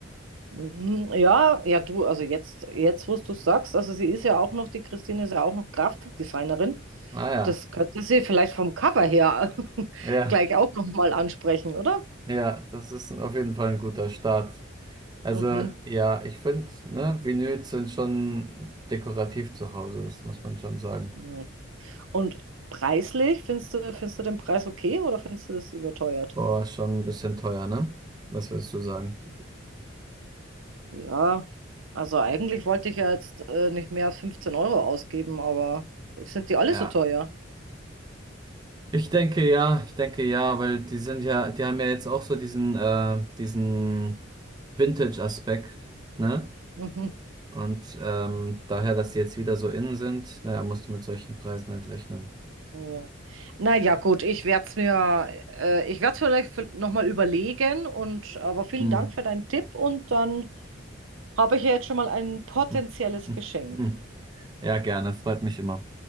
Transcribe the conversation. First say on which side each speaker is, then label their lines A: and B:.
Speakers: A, on the right (about 80°); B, on the right (about 20°).
A: Mhm. Ja, ja, du, also jetzt, jetzt, wo du es sagst, also sie ist ja auch noch, die Christine ist ja auch noch Grafikdesignerin.
B: Ah ja.
A: Das könnte sie vielleicht vom Cover her <laughs>
B: Ja,
A: gleich auch nochmal ansprechen, oder?
B: ja, das ist auf jeden Fall ein guter Start. Also
A: Mhm.
B: ja, ich finde, ne, Vinyls sind schon dekorativ zu Hause, das muss man schon sagen.
A: Mhm. Und preislich, findest du, findest du den Preis okay oder findest du das überteuert?
B: Boah, schon ein bisschen teuer, ne? Was würdest du sagen?
A: Ja, also eigentlich wollte ich ja jetzt äh, nicht mehr als 15 Euro ausgeben, aber sind die alle
B: Ja.
A: so teuer?
B: Ich denke ja, ich denke ja, weil die sind ja, die haben ja jetzt auch so diesen, äh, diesen Vintage-Aspekt, ne?
A: Mhm.
B: Und ähm, daher, dass die jetzt wieder so innen sind, naja, musst du mit solchen Preisen halt rechnen.
A: Ja. Naja, gut, ich werde es mir, äh, ich werde es vielleicht nochmal überlegen und aber vielen
B: Hm.
A: Dank für deinen Tipp und dann habe ich ja jetzt schon mal ein potenzielles
B: Hm. Hm.
A: Geschenk.
B: Hm. Ja, gerne, freut mich immer.